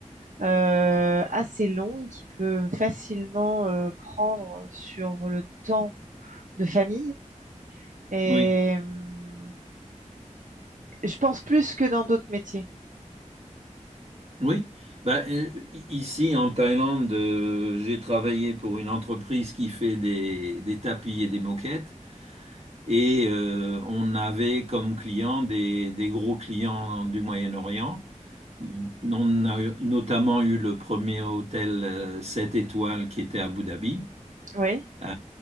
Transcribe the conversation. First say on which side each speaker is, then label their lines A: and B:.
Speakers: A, on the right (about 80°); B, on the right (about 50°).
A: euh, assez longue, qui peut facilement euh, prendre sur le temps de famille. Et
B: Oui,
A: euh, je pense plus que dans d'autres métiers.
B: oui. Bah, euh, ici, en Thaïlande, euh, j'ai travaillé pour une entreprise qui fait des, des tapis et des moquettes. Et euh, on avait comme clients des, des gros clients du Moyen-Orient. On a eu- notamment eu le premier hôtel euh, 7 étoiles qui était à Abu Dhabi.
A: Oui,
B: Euh,